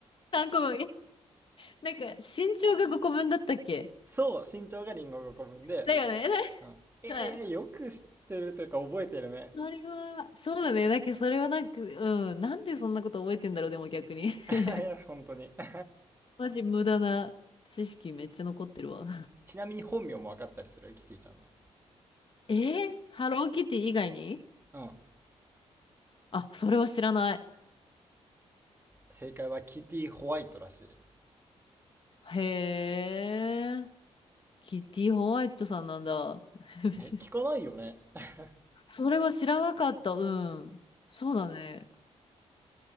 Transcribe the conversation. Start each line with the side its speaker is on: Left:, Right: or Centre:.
Left: ?3 個分。<laughs> なんか身長が5個分だったっけ
Right: そう、身長がリンゴ5個分で。
Left: だよね。
Right: うん。
Left: <laughs>
Right: ええよく知ってるというか覚えてるね。
Left: はい。それは、そうだね。なんかそれはなんか、うん。なんでそんなこと覚えてんだろう、でも逆に。<laughs>
Right: <laughs> いや、本当に。<laughs>
Left: マジ無駄な知識めっちゃ残ってるわ。
Right: ちなみに本名も分かったりするキティちゃんの。
Left: <laughs> えハローキティ以外に
Right: うん。
Left: あ、それは知らない。
Right: 正解はキティホワイトらし
Left: へえ、キティホワイトさんなんだ。<laughs>
Right: い。ね、聞かないよね。<laughs>
Left: それは知らなかった。うん。そうだね。